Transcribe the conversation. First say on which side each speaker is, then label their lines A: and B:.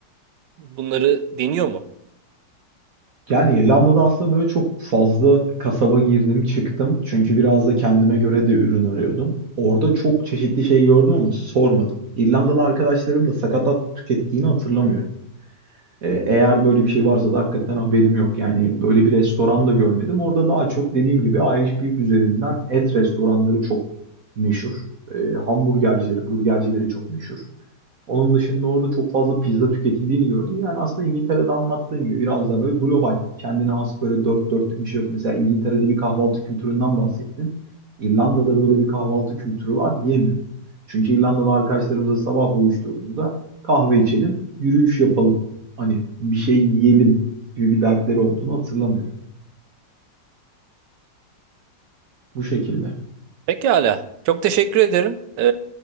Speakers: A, on the right; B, on the right.
A: e, bunları deniyor mu?
B: Yani İrlanda'da aslında böyle çok fazla kasaba girdim çıktım. Çünkü biraz da kendime göre de ürün arıyordum. Orada çok çeşitli şey gördüm ama sormadım. İrlandalı arkadaşlarım da sakatat tükettiğini hatırlamıyorum. E, eğer böyle bir şey varsa da hakikaten haberim yok. Yani böyle bir restoran da görmedim. Orada daha çok dediğim gibi Irish Beef üzerinden et restoranları çok meşhur. E, hamburgercileri, burgercileri çok meşhur. Onun dışında orada çok fazla pizza tüketildiğini gördüm. Yani aslında İngiltere'de anlattığın gibi biraz daha böyle global, kendine has böyle dört dörtlük bir şey yok. Mesela İngiltere'de bir kahvaltı kültüründen bahsettin. İrlanda'da böyle bir kahvaltı kültürü var diyemiyorum. Çünkü İrlandalı arkadaşlarımızla sabah buluştuğumuzda kahve içelim, yürüyüş yapalım hani bir şey yiyelim gibi bir dertleri olduğunu hatırlamıyorum. Bu şekilde.
A: Pekala. Çok teşekkür ederim. E,